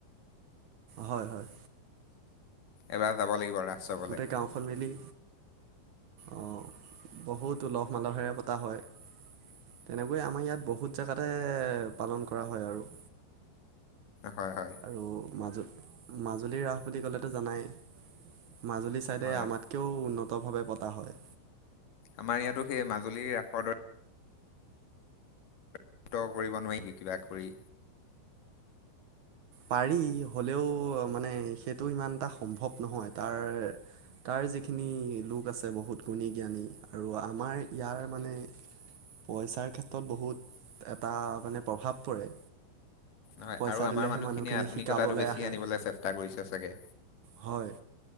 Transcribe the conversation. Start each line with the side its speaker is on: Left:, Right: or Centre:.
Right: হয় হয়।
Left: এবাৰ যাব লাগিব ৰাস চাবলৈ
Right: গোটেই গাঁওখন মিলি অঁ, বহুত উলহ মালহেৰে পতা হয়। তেনেকৈয়ে আমাৰ ইয়াত বহুত জেগাতে পালন কৰা হয় আৰু।
Left: হয়, হয়।
Right: আৰু মাজ মাজুলীৰ ৰাস বুলি ক'লেতো জানাই মাজুলী ছাইডে
Left: হয়
Right: আমাক বহুতো উন্নত ভাৱে পতা হয়।
Left: আমাৰ ইয়াতো সেই মাজুলী ৰাসৰ দৰে কিয় কৰিব নোৱাৰি নেকি কিবা কৰি
Right: পাৰি হলেও মানে সেইটো ইমান এটা সম্ভৱ নহয় তাৰ তাৰ যিখিনি লোক আছে বহুত গুণী জ্ঞানী আৰু আমাৰ ইয়াৰ মানে পইচাৰ ক্ষেত্ৰত বহুত এটা মানে প্ৰভাৱ পৰে।
Left: হয়
Right: পইচা
Left: আৰু আমাৰ
Right: দিলেহে
Left: মানুহখিনিয়ে
Right: মানুহখিনি
Left: আধুনিকতাটো
Right: শিকাবলৈ
Left: বেছি
Right: আহে
Left: আনিবলৈ চেষ্টা কৰিছে চাগে।
Right: হয়।